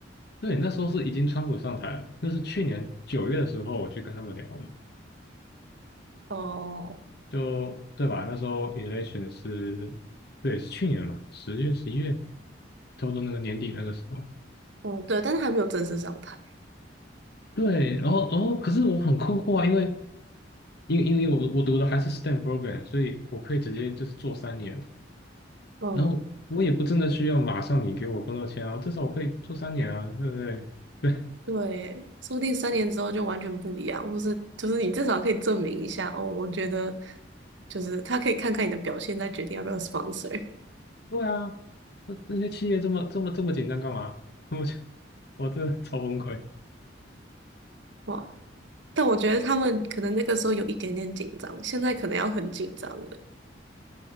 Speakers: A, on the left; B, on the right.
A: 对，那时候是已经川普上台了，那是去年九月的时候我去跟他们聊的。
B: 哦，
A: 就对吧？那时候 election 是，对，是去年嘛，十月、十一月，差不多那个年底那个时候。
B: 嗯，对，但是还没有正式上台。
A: 对，然后，然后，可是我很困惑啊，因为，因为，因为我我读的还是 STEM program，所以我可以直接就是做三年，
B: 嗯。
A: 然后我也不真的需要马上你给我工作签啊，至少我可以做三年啊，对不对？<laughs> 对，
B: 对，说不定三年之后就完全不一样，或是就是你至少可以证明一下哦。我觉得就是他可以看看你的表现，再决定要不要 sponsor。
A: 对啊，那那些企业这么这么这么紧张干嘛？<laughs> 我就我真的超崩溃。
B: <laughs> 哇，但我觉得他们可能那个时候有一点点紧张，现在可能要很紧张了。